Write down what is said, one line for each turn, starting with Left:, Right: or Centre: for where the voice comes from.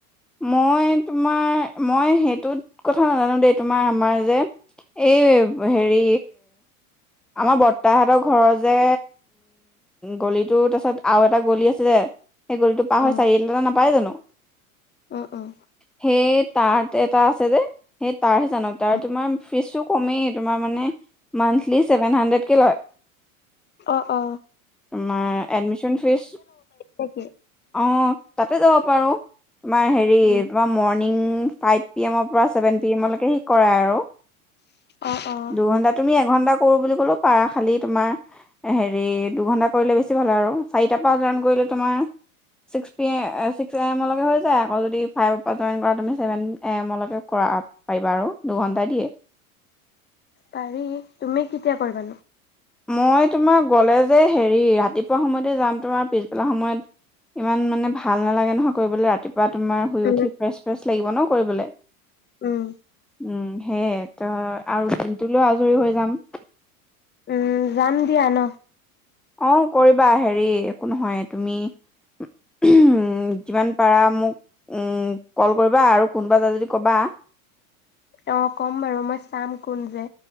Centre: মই তোমাৰ মই সেইটোত কথা নাজানো দেই তোমাৰ আমাৰ যে এই হেৰি আমাৰ বৰ্তাহতৰ ঘৰৰ যে গলিটো তাৰপিছত আৰু এটা গলি আছিল যে, সেই গলিটো পাৰ
Left: উম,
Centre: হৈ চাৰি এটাটা নাপায় জানো?
Left: উম, উম,
Centre: সেই তাত এটা আছে যে, হে তাৰ হে জানো, তাৰে
Left: উম,
Centre: তোমাৰ ফিছ টো কমে, তোমাৰ মানে মন্থলী চেভেন হুন্দ্ৰিদ কে লৈ।
Left: অ-অ
Centre: তোমাৰ এডমিশন ফিজ।
Left: নেকি?
Centre: অঁ তাতে যাব পাৰো তোমাৰ হেৰি
Left: উম,
Centre: তোমাৰ মৰ্ণিং ফাইভ পিএমৰ পৰা চেভেন পিয়েমৰ লৈকে সি কৰাই আৰু।
Left: অ', অ',
Centre: দুঘণ্টা তুমি এক ঘণ্টা কৰোঁ বুলি হলেও পৰা খালী তোমাৰ এ হেৰী দুঘণ্টা কৰিলে বেছি ভাল আৰু। চাৰিটা পৰা জৈন কৰিলে তোমাৰ, ছিক্স পিয়ে আহ ছিক্স এ মৰ লৈকে হৈ আকৌ যদি ফাইভৰ পৰা জইন কৰা তুমি ছেভেন এ এমলৈকে কৰা পাৰিবা আৰু দুঘণ্টাই দিয়ে।
Left: পাৰি তুমি কেতিয়া কৰিবানো?
Centre: মই তোমাৰ গলে যে হেৰি ৰাতিপুৱা সময়তে যাম, তোমাৰ পিছবেলা সময়ত ইমান মানে ভাল নালাগে নহয় কৰিবলৈ ৰাতিপুৱা বা তোমাৰ শুই
Left: উম,
Centre: উঠি ফ্ৰেছ-ফ্ৰেছ লাগিব ন? কৰিবলৈ
Left: উম,
Centre: উম সেই। ত আৰু দিনটোলৈ আজৰি হৈ যাম।
Left: উম যাম দিয়া ন?
Centre: অ কৰিবা হেৰি একো নহয় তুমি যিমান পাৰা মোক উ কল কৰিবা আৰু কোনোবা যা যদি কবা।
Left: অ ক'ম বাৰু মই চাম কোন যে